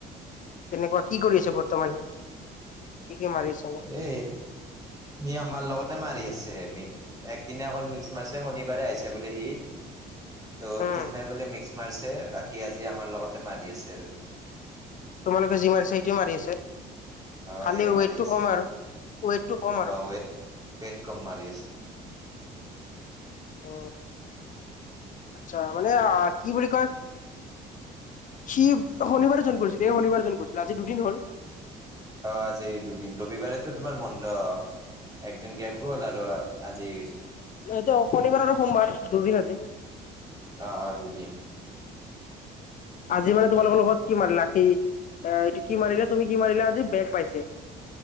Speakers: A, on the left (about 50°); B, on the right (about 20°).
A: তেনেকুৱা কি কৰি আছে বৰ্তমান‌ হি কি কি মাৰিছে?
B: এ হি আমাৰ লগতে মাৰি আছে মিক, একদিনা অকল মিক্স মাৰছে শনিবাৰে আহিছে বুলে হি, ত'
A: উম
B: সেইদিনাাই বোলে মিক্স, মাৰছে বাকী আজি আমাৰ লগতে মাৰি আচিল।
A: তোমালোকে যি মাৰিছা সেইটোৱে মাৰি আছে
B: অ
A: খালি
B: সেয়ে
A: ওৱেটটো
B: মাৰি আছে
A: কম আৰু ওৱেটটো কম।
B: অ ওৱেট পেট কম মাৰি আছে।
A: অ আচ্ছা মানে আ কি বুলি কয়, সি শনিবাৰে জইন কৰিছিলে এই শনিবাৰে জইন কৰিছিলে আজি দুদিন হ'ল,
B: অ আজি দুদিন ৰবিবাৰেতো তোমাৰ বন্ধ, একদিন গেপ গ'ল আৰু আজি গৈছি,
A: না এইটো শনিবাৰ আৰু সোমবাৰ দুদিন আজি,
B: অ অ দুদিন।
A: উম। আজি মানে তোমালোকৰ লগত কি মাৰিলাক সি এ এইটো কি মাৰিলে তুমি কি মাৰিলা আজি বেগ পাইছে।